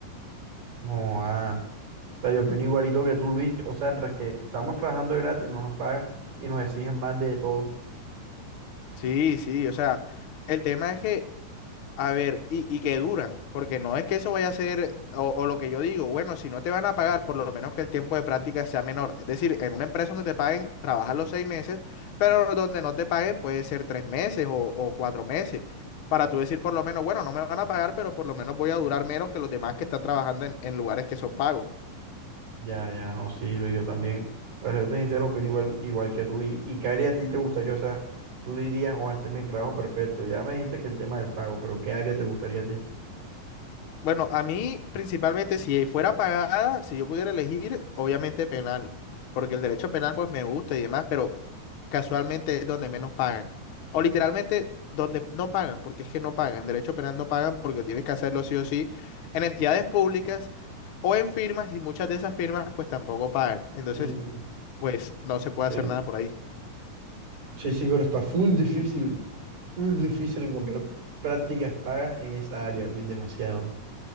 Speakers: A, on the right (about 60°); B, on the left (about 85°).
A: No, ah. O sea, yo opino igualito que tú, Luis. O sea, tras que estamos trabajando gratis, no nos pagan y nos exigen más de todo.
B: Sí, sí, o sea, el tema es que A ver, y, y que duran, porque no es que eso vaya a ser, o, o lo que yo digo, bueno, si no te van a pagar, por lo menos que el tiempo de práctica sea menor. Es decir, en una empresa donde te paguen, trabajas los seis meses, pero donde no te paguen puede ser tres meses o, o cuatro meses, para tú decir por lo menos, bueno, no me van a pagar, pero por lo menos voy a durar menos que los demás que están trabajando en, en lugares que son pagos.
A: Ya, ya, no, sí, Luis, yo también. Para serte sincero, opino igual, igual que tú. ¿Y, y qué área a ti te gustaría? O sea, tú dirías, oh, este es mi trabajo perfecto. Ya me dijiste que el tema del pago, pero ¿qué área te gustaría a ti?
B: Bueno, a mí principalmente si fuera pagada, si yo pudiera elegir, obviamente penal, porque el derecho penal pues me gusta y demás, pero casualmente es donde menos pagan. O literalmente donde no pagan, porque es que no pagan. En derecho penal no pagan porque tienes que hacerlo sí o sí en entidades públicas o en firmas y muchas de esas firmas pues tampoco pagan. Entonces,
A: Mm,
B: pues no se puede
A: sí.
B: hacer nada por ahí.
A: Sí, sí, pero está full difícil, full difícil encontrar prácticas pagas en esa área, Luis, demasiado.